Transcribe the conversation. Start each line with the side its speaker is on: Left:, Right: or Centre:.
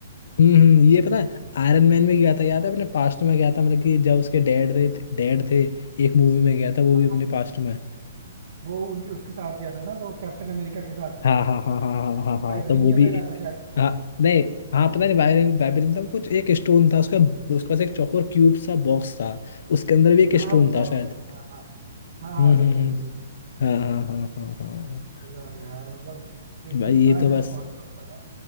Left: हम्म हम्म, ये पता है आयरन मैन में गया था याद है अपने पास्ट में गया था मतलब कि जब उसके डैड थे डैड थे एक मूवी में गया था वो भी
Right: हाँ,
Left: अपने पास्ट में
Right: वो उनके उसके साथ गया था ना वो कैप्टन अमेरिका के साथ
Left: हाँ हाँ हाँ हाँ हाँ हाँ हाँ
Right: वाइब्रेनियम
Left: हाँ, तो वो भी
Right: ले रहा था शायद वो
Left: हाँ
Right: क्या
Left: नहीं हाँ पता नहीं वायरिन वायरिन था वो कुछ एक स्टोन था उसका उसके पास एक चौकोर क्यूब सा बॉक्स था उसके अंदर भी एक
Right: हाँ
Left: स्टोन
Right: वो बॉक्स
Left: था शायद
Right: है हाँ हाँ हाँ हाँ हाँ,
Left: हम्म
Right: सही
Left: हम्म
Right: कह
Left: हम्म,
Right: रहे हो सही कह रहे हो।
Left: हाँ हाँ हाँ हाँ हाँ हाँ।
Right: सही बात है यार मतलब लिटरली
Left: भाई ये
Right: काश
Left: तो
Right: ऐसे
Left: बस
Right: पॉसिबल होता ना